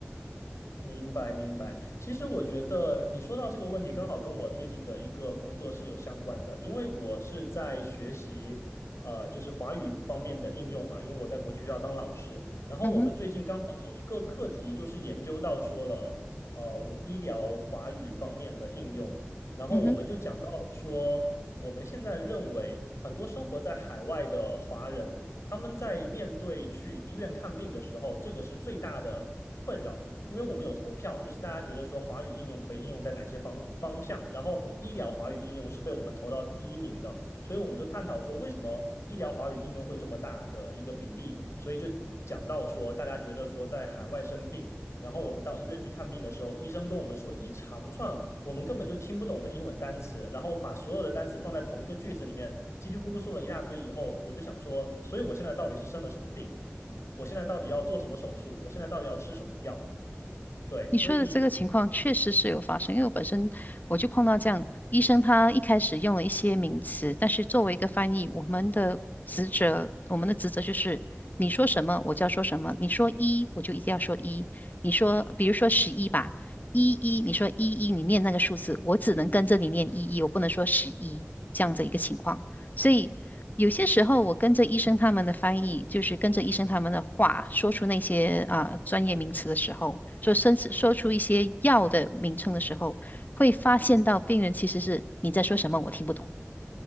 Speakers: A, on the left (about 80°); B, on the left (about 40°).
A: 明白，明白。其实我觉得你说到这个问题，刚好跟我最近的一个工作是有相关的，因为我是在学习，呃，就是华语方面的应用嘛，因为我在国际学校当老师。然后我们最近刚好有一个课题，
B: 嗯哼，
A: 就是研究到说了，呃，我医疗华语方面的应用。然后我们就讲到说，
B: 嗯哼。
A: 我们现在认为很多生活在海外的华人，他们在面对去医院看病的时候，这个是最大的困扰。因为我们有投票，就是大家觉得说华语应用可以应用在哪些方方向，然后医疗华语应用是被我们投到第一名的，所以我们就探讨说为什么医疗华语应用会这么大的一个比例，所以就讲到说大家觉得说在海外生病，然后我们到医院去看病的时候，医生跟我们说一长串我们根本就听不懂的英文单词，然后把所有的单词放在同一个句子里面，叽里咕噜说了一大堆以后，我就想说，所以我现在到底是生了什么病？我现在到底要做什么手术，我现在到底要吃什么药。对，
B: 你说的这个情况确实是有发生，
A: 所以
B: 因为我本身我就碰到这样，医生他一开始用了一些名词，但是作为一个翻译，我们的职责，我们的职责就是你说什么我就要说什么，你说一我就一定要说一，你说比如说十一吧，一一你说一一你念那个数字，我只能跟着你念一一，我不能说十一这样的一个情况。所以有些时候，我跟着医生他们的翻译，就是跟着医生他们的话，说出那些啊、专业名词的时候，说甚至说出一些药的名称的时候，会发现到病人其实是你在说什么，我听不懂。